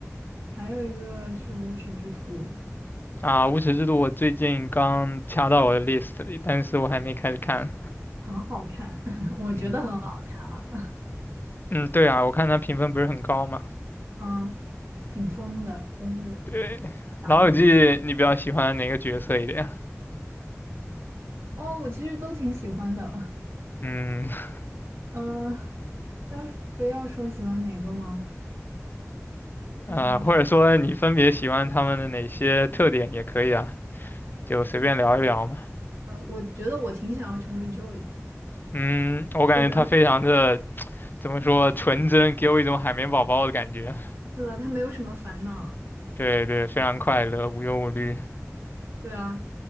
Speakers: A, on the right; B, on the left.
A: 还有一个是《无耻之徒》，
B: 啊，无耻之徒》我最近刚掐到我的 list 里，但是我还没开始看。
A: 很好看，<laughs> 我觉得很好看啊，
B: 嗯嗯，对啊，我看它评分不是很高嘛。
A: 嗯，挺疯的，但是
B: 对，
A: 讲了很多
B: 《老友记》你比较喜欢哪个角色一点啊？
A: 哦，我其实都挺喜欢的，
B: 嗯
A: <laughs> 嗯，要是非要说喜欢哪个吗？
B: 啊、
A: 嗯
B: 或者说你分别喜欢他们的哪些特点也可以啊，就随便聊一聊嘛。
A: 呃，我觉得我挺想要成为 Joy，
B: 嗯，我感觉他非常的
A: 对，没有什么，
B: 怎么说纯真，给我一种海绵宝宝的感觉。
A: 是的，他没有什么烦恼，
B: 对对，非常快乐，无忧无虑。
A: 对啊，